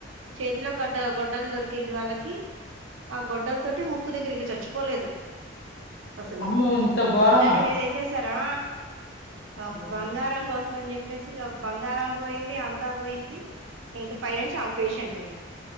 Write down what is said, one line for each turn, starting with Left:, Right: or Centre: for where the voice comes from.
Right: చేతిలో గడ్డ గొడ్డలు దొరికింది వాళ్ళకి ఆ గొడ్డలతోటి ముక్కు దగ్గర ఇంక చచ్చిపోలేదు అసలు
Left: అమ్మో ఇంత
Right: గోడ్డలి
Left: ఘోరమా
Right: మీద వేసే సారా పాపం
Left: వామ్మో
Right: బంగారం కోసం ఆన్ చెప్ చెప్పేసి ఇంకా బంగారం పోయింది అంతా పోయింది ఇంకా పై నుంచి చావు పేషెంట్ అయింది